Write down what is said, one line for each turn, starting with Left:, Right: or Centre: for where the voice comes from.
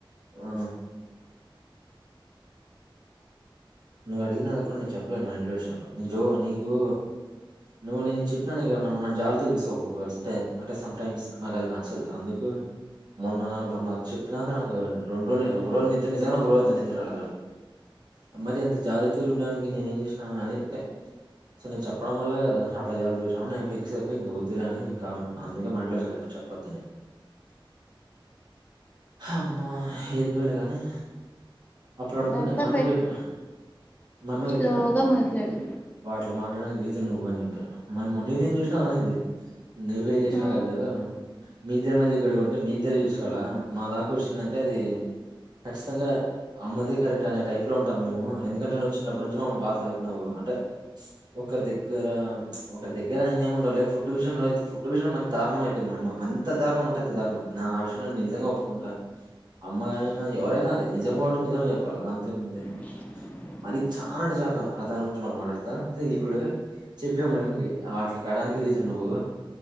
Right: ఆ నువ్వు అడిగినా అడగకుండా నేను చెప్పలేను మా ఇంట్లో విషయాలు జో నీకు నువ్వు నేను చెప్పినాక ఏమన్నా నువ్వు నన్ను జాలితో చూస్తావ్ అంటే ఒక ఒక స్ట సమ్‌టైమ్స్ నాకు అది నచ్చదు అందుకు మొన్న నాకు మొన్న చెప్పినాక నాకు రెండు రోజు ఒక రోజు నిద్ర నిజంగానే ఒక రోజుంత నిద్ర రాలె ఆ రోజు మరి అంత జాలితో చూడడానికి నేను ఏం చేసినా అని సో నేను చెప్పడం వల్ల అట్లా జాలి చూసినవు నేను ఫిక్స్ అయి ఇంకా వద్దులే అని ఇంకా కామ్ అపోయిను అందుకే మా ఇంట్లో విషయాలుచెప్ప చెప్పొద్దని అమ్మో ఏందు లే కాని అప్పుడు అనుకున్న
Left: దస్తా
Right: మఅమ్మకిచేప్పు
Left: పెట్టి
Right: మా అమ్మకు
Left: స్లోగా
Right: చెప్పిన
Left: మాట్లాడు
Right: వాడు అట్లా మాట రిజన్ నువ్వు అని చెప్పి మఅమ్మ నేనేం చేసిన అనింది నువ్వేం చేసి
Left: ఆ,
Right: కాదు మీ దద్దరి మధ్య గొడవ ఉంటే మీ ఇద్దర చూసుకోవాలా మా దాకా వచ్చిందంటే అది ఖచ్చితంగా అమ్మది కరెక్ట్ అనే టైప్ లో ఉంటాం మేము ఎందుకంటే నువ్వు చిన్నప్పటి నుంచి మమ్మల్ని బాగ సాకినావు అంటే ఒకరి దగ్గర ఒకరి దగ్గర ఆయనేమి ఉండాలలే ఫుడ్ విషయంలోయితే ఫుడ్ విషంలో మరి దారుణం అయిపోంది మా అమ్మ అంత దారుణం అంట అంత దారుణం నా ఆ వి నిజంగా ఒప్పుకుంటా అమ్మాయియినా ఎవరైనా అది నిజం కాబట్టి నిజమే చెప్పాలి దానింతో ఏముంది
Left: <unintelligible>
Right: మరి చానా అంటే చాల రా ఆ దాని గురించి మం మాట్లాడతా ఇప్పుడు చెప్పినా మా అమ్మకి అట్లా కాడ కానికి రీజన్ నువ్వు